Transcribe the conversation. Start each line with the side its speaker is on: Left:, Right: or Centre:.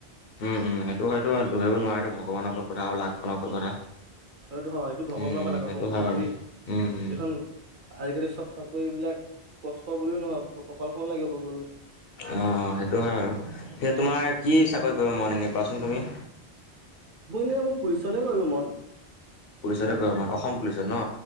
Left: উম, উম, সেইটো হয়তো দূৰিব নোৱাৰা, ভগৱানৰ ওপৰত কথা আৰু লাখখনৰ ওপৰত কথা।
Right: হয়টো হয় সেইটো ভগৱানৰ
Left: উম, উম,
Right: পৰা লাখৰ
Left: সেইটো
Right: পৰা কথা
Left: হয় বাৰু।
Right: যদি
Left: উম, উম,
Right: এইখন আজিকালি চব চাকৰি বিলাক কষ্ট বুলিও নহব। লাগিব গৈলৈ।
Left: অঁ সেইটো হয় বাৰু, সেই তোমাৰ কি চাকৰি কৰিব মন এনে কোৱাচোন তুমি?
Right: মোৰ এনেই পুলিচতে কৰিব মন।
Left: পুলিচতে কৰিব মন, অসম পুলিচত ন?